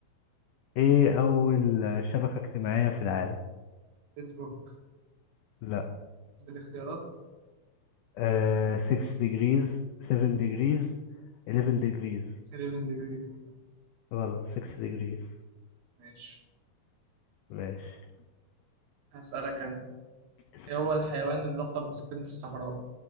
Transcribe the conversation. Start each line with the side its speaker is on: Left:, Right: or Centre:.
Left: ايه أول شبكة اجتماعية في العالم؟
Right: فيسبوك
Left: لا
Right: دي الاختيارات
Left: آه 6 degrees 7 degrees 11 degrees
Right: 11 ديجريز
Left: غلط 6 degrees
Right: ماشي
Left: ماشي
Right: هسألك أنا
Left: اسأل
Right: إيه هو الحيوان اللي لقب بسفينة الصحراء؟